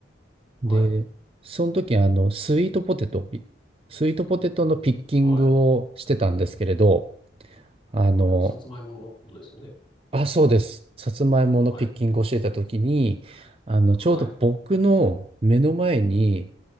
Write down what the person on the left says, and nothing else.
はい、
はい、
はい、さつまいものことですよね。
はい、
はい、